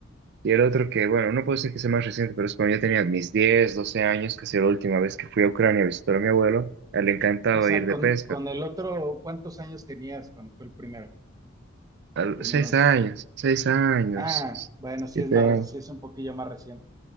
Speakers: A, on the right; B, on the right.
A: Y el otro que, bueno, no puedo decir que sea más reciente, pero es cuando yo tenía mis 10, 12 años, que fue la última vez que fui a Ucrania a visitar a mi abuelo. A él le encantaba
B: O sea,
A: ir de
B: con,
A: pesca.
B: con el otro, ¿cuántos años tenías cuando fue el primero?
A: A los
B: Como
A: 6
B: unos...
A: años, 6 años.
B: Ah, bueno, sí
A: siete
B: es más,
A: años.
B: re- sí es un poquillo más reciente.